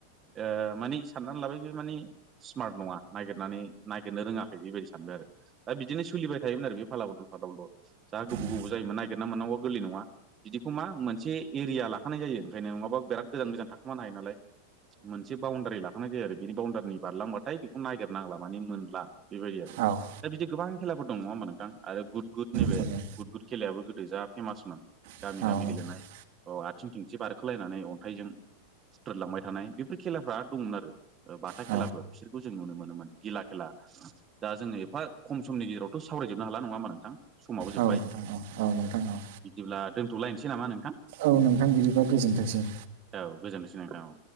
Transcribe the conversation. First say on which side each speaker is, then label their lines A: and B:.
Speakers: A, on the right; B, on the right.
A: ओ माने साननानै लाबाय बे माने स्मार्ट नङा नागिरनानै नागिरनो रोङाखै बेबायदि सानबाय आरो। दा बिदिनो सोलिबाय थायोमोन आरो बे फाला बदल फादल जा गोबाव
B: औ नोंथां
A: गोबाव जायोमोन नागिरना मोननांगौआ गोरलै नङा। बिदिखौ मा मोनसे एरिया लाखानाय जायो ओंखायनो नङाबा बिराद गोजान गोजान थाखुमानो हायो नालाय। मोनसे बाउण्डारि लाखानाय जायो आरो बिनि बाउण्डारिनि बारलांबाथाय बेखौ नागिरनांला माने मोनला बेबायदि आरो।
B: औ।
A: बिदि गोबां खेलाफोर दं नङा होमबा नोंथां आरो गुड गुड नैबे
B: थारैनो
A: गुड गुड खेलायाबो गोदो जा फेमासमोन।
B: औ
A: गामि गामि
B: नोंथां
A: गेलेनाय अ आथिं थिंथि बारखोलायनानै अन्थाइजों हुथ्रोदलांबाय थानाय बेफोर खेलाफ्रा दंमोन आरो। ओ बाथा
B: औ
A: खेलाफोर बिसोरखौ जों नुनो मोनोमोन गिला खेला दा जोङो एफा खम समनि गेजेरावथ' सावरायजोबनो हाला नङा नोंथां। समाबो जोब्बाय
B: औ नोंथां औ औ नोंथां औ।
A: बिदिब्ला दोनथ'लायनोसै नामा नोंथां
B: औ नोंथां बिदिबा गोजोनथोंसै
A: औ गोजोन्थोंसै नोंथां औ